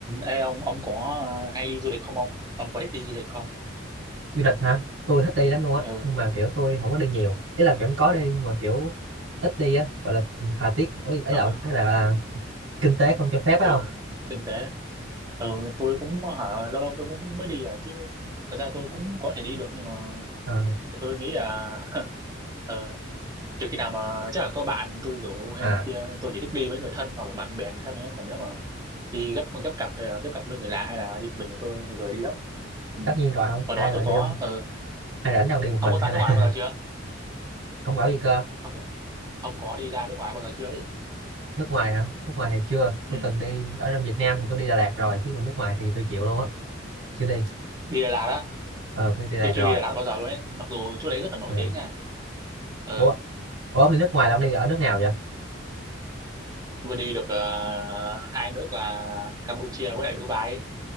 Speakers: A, on the right; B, on the right.
A: Ê ông ông có ờ, hay đi du lịch không ông? Ông có thích đi du lịch không?
B: Du lịch hả? Tôi thích đi lắm luôn á,
A: Ừ,
B: nhưng mà kiểu tôi không có đi nhiều. Ý là vẫn có đi nhưng mà kiểu ít đi á, gọi là thời tiết ấy ấy
A: ờ
B: là
A: đúng rồi.
B: cái là, là kinh tế không cho phép phải
A: Được,
B: không?
A: kinh tế. Ừ, tôi cũng hả, lâu lâu tôi cũng mới đi à chứ. Thật ra tôi cũng có thể đi được nhưng mà
B: Ờ,
A: tôi nghĩ là <laughs> ờ, trừ khi nào mà chắc là có bạn tôi rủ hay
B: à,
A: này kia, tôi chỉ thích đi với người thân hoặc là bạn bè người thân ấy. Còn nếu mà đi gấp gấp cặp hay là gấp cặp với người lạ hay là đi một mình thì tôi lười đi lắm. Ừ.
B: tất nhiên rồi không
A: Hồi
B: ai
A: đó
B: mà
A: tôi
B: đi
A: có,
B: không?
A: ừ.
B: Ai rảnh đâu đi một
A: Ông
B: mình
A: có ra
B: hay
A: nước
B: là
A: ngoài
B: <laughs>
A: bao giờ chưa?
B: không bảo gì cơ?
A: Ông ông có đi ra nước ngoài bao giờ chưa ấy?
B: Nước ngoài hả? Nước ngoài thì chưa, tôi
A: Ừ.
B: từng đi ở trong Việt Nam thì tôi đi Đà Lạt rồi, chứ còn nước ngoài thì tôi chịu luôn á, chưa đi.
A: đi Đà Lạt á
B: Ờ, tôi đi Đà
A: tôi
B: Lạt rồi.
A: chưa đi Đà Lạt bao giờ luôn ấy mặc dù chỗ đấy rất là nổi
B: Ờ,
A: tiếng nha ừ
B: Ủa, Ủa ông đi nước ngoài là ông đi ở nước nào vậy?
A: vừa đi được ờ, hai nước là Campuchia với lại Dubai ấy.